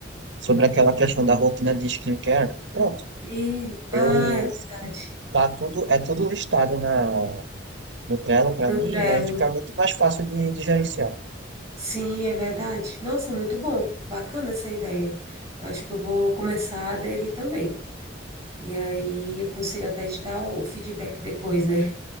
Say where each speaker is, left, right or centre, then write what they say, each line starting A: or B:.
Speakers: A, on the right; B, on the right.
A: sobre aquela questão da rotina de skincare, pronto.
B: E, ah,
A: Eu
B: é verdade.
A: tá tudo, é tudo listado na no Trello para
B: No
A: mim,
B: Trello.
A: e aí fica muito mais fácil de, de gerenciar.
B: Sim, é verdade. Nossa, muito bom. Bacana essa ideia. Eu acho que eu vou começar a aderir também. E aí eu consigo até te dar o feedback depois, né?